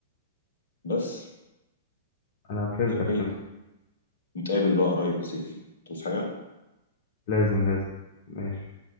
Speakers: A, on the left; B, on the left.
A: بس
B: انا فهمتك
A: ايه
B: فهمتك
A: نتقابل بقى قريب يا سيف توس حاجه
B: لازم لازم ماشي